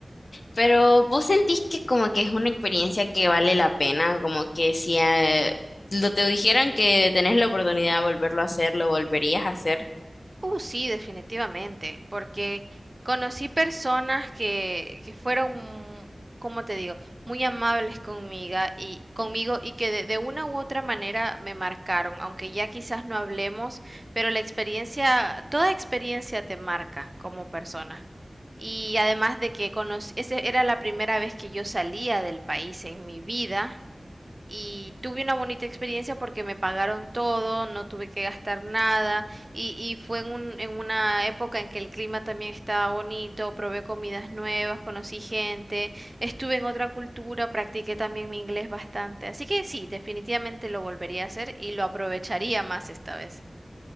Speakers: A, on the left (about 65°); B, on the right (about 35°).
A: Pero vos sentís que como que es una experiencia que vale la pena, como que si eh, lo te dijeran que tenés la oportunidad de volverlo a hacer, lo volverías a hacer.
B: Uh, sí, definitivamente, porque conocí personas que, que fueron, como te digo, muy amables conmigo y, conmigo y que de, de una u otra manera me marcaron, aunque ya quizás no hablemos, pero la experiencia, toda experiencia te marca como persona. Y además de que conocí, esa era la primera vez que yo salía del país en mi vida y tuve una bonita experiencia porque me pagaron todo, no tuve que gastar nada y, y fue en un- en una época en que el clima también estaba bonito, probé comidas nuevas, conocí gente, estuve en otra cultura, practiqué también mi inglés bastante. Así que sí, definitivamente lo volvería a hacer y lo aprovecharía más esta vez.